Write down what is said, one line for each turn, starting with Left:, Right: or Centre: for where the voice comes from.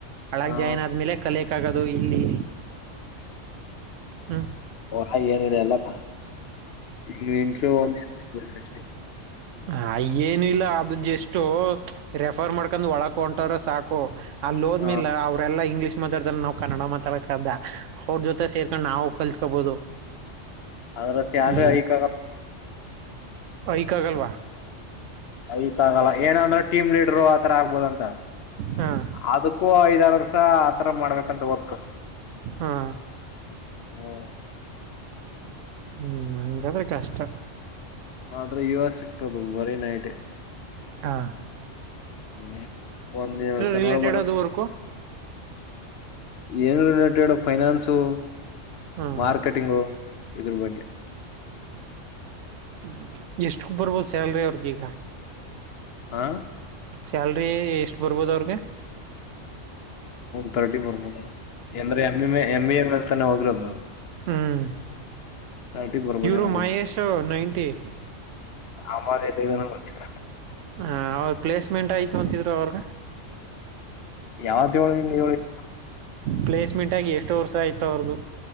Right: ಹಳಗೆ
Left: ಹಾ
Right: ಜಾಯ್ನ್ ಆದ್ಮೇಲೆ ಕಲಿಯಕ್ಕಾಗೋದು ಇಲ್ಲಿ ಹ್ಞೂ
Left: ಹ ಏನಿದೆ <unintelligible> ಈ ಇಂಟ್ರ ಒಂದ್ ಎರ
Right: ಅ ಏನು ಇಲ್ಲ ಆದ ಜಷ್ಟ ರೆಫರ್ ಮಾಡ್ಕೊಂಡ್ ಒಳಕ ಹೊಂಟ್ರ ಸಾಕು ಅಲ್ಲಿ ಹೋದ್ಮೇಲೆ
Left: ಹ
Right: ಅವರೆಲ್ಲ ಇಂಗ್ಲೀಷ್ ಮಾತಾಡ್ತಾರೆ ನಾವು ಕನ್ನಡ ಮಾತಾಡಕ್ದ ಅವ್ರ ಜೊತೆ ಸೇರ್ಕೊಂಡು ನಾವು ಕಲ್ತ್ಕೊಬೋದು
Left: ಅದ್ರ ಸ್ಯಾಲ್ರಿ
Right: ಇ
Left: ಐಕ್ ಆಗ
Right: ಯಕಾಗಲ್ವಾ
Left: ಇದಕ್ ಆಗಲ್ಲ ಏನಂದ್ರೆ ಟೀಮ್ ಲೀಡರು ಆತರ ಆಗ್ಬೋದ ಅಂತ
Right: ಹಾಂ
Left: ಅದಕ್ಕೂ ಐದಾರ ವರ್ಷ ಆ ತರ ಮಾಡ್ಬೇಕಂತ ವರ್ಕ್
Right: ಹಾ
Left: ಹ್ಮ್
Right: ಹ್ಮ್ ಹಂಗಾದ್ರೆ ಕಷ್ಟ
Left: ಆದ್ರೆ ಯುವ ಸಿಫ ಹದು ಬರೀ ನೈಟ್
Right: ಆ
Left: ಏ ಒಂದಿನ ಸನವಾರ
Right: ರಿಲೇಟೆಡ್
Left: ಬರ
Right: ಅದು ವರ್ಕು
Left: ಏನು ರಿಲೇಟೆಡ್ ಫೈನಾನ್ಸು.
Right: ಹಾಂ
Left: ಮಾರ್ಕೆಟಿಂಗು ಇದ್ರ ಬಗ್ಗೆ.
Right: ಹ್ಮ್ ಎಷ್ಟುಕ ಬರ್ಬೋದು ಸ್ಯಾಲ್ರಿ ಅವ್ರದ ಈಗ.
Left: ಹಾ
Right: ಸ್ಯಾಲ್ರಿ ಎಷ್ಟ ಬರ್ಬೋದು ಅವ್ರಗೆ.
Left: ತರ್ಟಿ ಬರ್ಬೋದೆನೊ ಅಂದ್ರೆ ಎ <unintelligible> ಎಮ್ ಬೀ ಎ ಮಾಡತಾನೇ ಹೋಗಿರೋದು.
Right: ಹ್ಮ್
Left: ತರ್ಟಿ ಬರ್ಬೋದೇನೋ
Right: ಇವ್ರು ಮಹೇಶು
Left: ಗೊತ್ತಿಲ್ಲ
Right: ನೈಂಟಿ.
Left: ಆಮ ಎಲ್ಲಿಗನ ಗೊತ್ತಿಲ್ಲ.
Right: ಹಾಂ ಅವ್ರ ಪ್ಲೇಸ್ಮೆಂಟ್ ಆಯ್ತು ಅಂತಿದ್ರು ಅವ್ರಗ.
Left: ಯಾವ್ದ ಹೇಳಿನ್ ಹೇಳಿಗ್.
Right: ಪ್ಲೇಸ್ಮೆಂಟಾಗಿ ಎಸ್ಟೊ ವರ್ಷ ಆಯ್ತ ಅವ್ರದು.